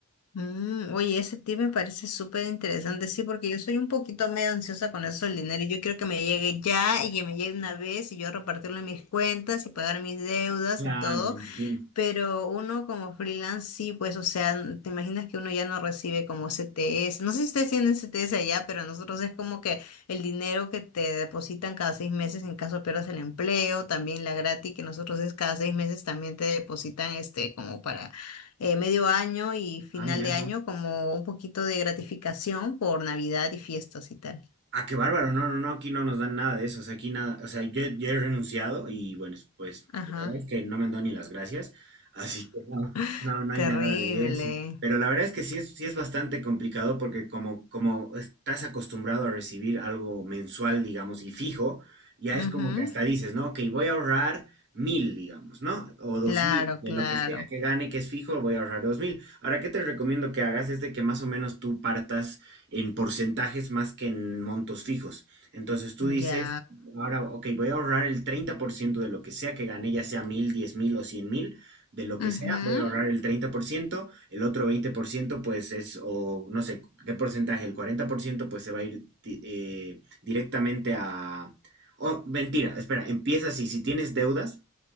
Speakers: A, on the left (about 80°); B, on the right (about 50°).
A: Mm, oye, ese tip me parece súper interesante, sí, porque yo soy un poquito medio ansiosa con eso del dinero. y Yo quiero que me llegue ya y que me llegue una vez y yo repartirlo en mis cuentas y pagar mis deudas
B: Claro,
A: y todo.
B: me imagino.
A: Pero uno como freelance sí, pues, o sea, n- te imaginas que uno ya no recibe como CTS. No sé si ustedes tienen CTS allá, pero nosotros es como que el dinero que te depositan cada seis meses en caso pierdas el empleo, también la gratis que nosotros es cada seis meses también te depositan este como para eh, medio año y final
B: Ah, mira,
A: de
B: no.
A: año como un poquito de gratificación por Navidad y fiestas y tal.
B: Ah, qué bárbaro, no, no, no, aquí no nos dan nada de eso, o sea, aquí nada, o sea, yo, yo he renunciado y bueno, es- pues
A: Ajá.
B: la verdad es que no me han dado ni las gracias, así que no,
A: <laughs>
B: no, no
A: Terrible.
B: hay nada de eso. Pero la verdad es que sí es, sí es bastante complicado porque como, como estás acostumbrado a recibir algo mensual, digamos, y fijo, ya
A: Ujú.
B: es como que hasta dices, ¿no? Ok, voy a ahorrar mil, digamos, ¿no? O dos
A: Claro,
B: mil, de
A: claro.
B: lo que sea que gane, que es fijo, voy a ahorrar dos mil. Ahora, ¿qué te recomiendo que hagas? Es de que más o menos tú partas en porcentajes más que en montos fijos. Entonces tú
A: Ya.
B: dices, ahora, ok, voy a ahorrar el 30% de lo que sea que gane, ya sea mil, diez mil o cien mil, de lo que
A: Ujú,
B: sea, voy a ahorrar el 30% el otro 20% pues es, o no sé, qué porcentaje, el 40% pues se va a ir di- eh, directamente a... Oh, mentira, espera, empieza así, si tienes deudas,